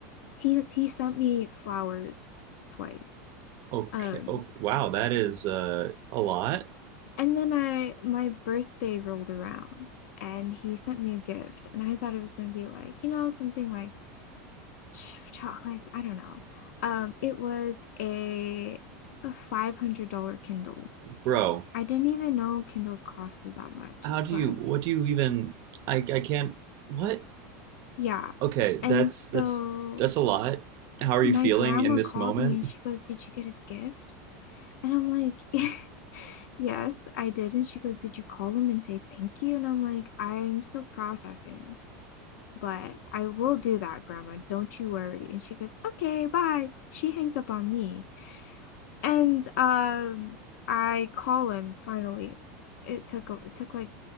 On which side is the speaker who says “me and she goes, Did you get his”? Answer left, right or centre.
Left